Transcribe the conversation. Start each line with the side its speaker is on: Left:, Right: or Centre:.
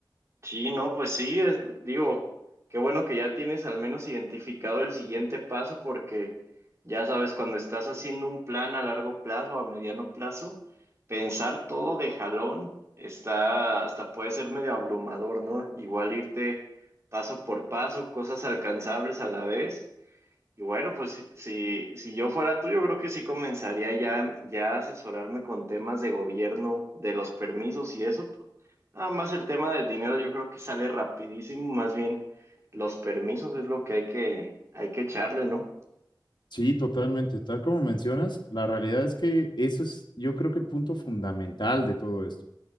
Right: Sí, no, pues sí, es- digo, qué bueno que ya tienes al menos identificado el siguiente paso porque ya sabes, cuando estás haciendo un plan a largo plazo, a mediano plazo, pensar todo de jalón está, hasta puede ser medio abrumador, ¿no? Igual irte paso por paso, cosas alcanzables a la vez. Y bueno, pues si, si si yo fuera tú, yo creo que sí comenzaría ya, ya a asesorarme con temas de gobierno, de los permisos y eso. pues, Nada más el tema del dinero yo creo que sale rapidísimo, más bien los permisos es lo que hay que, hay que echarle, ¿no?
Left: Sí, totalmente. Tal como mencionas, la realidad es que eso es, yo creo que el punto fundamental de todo esto.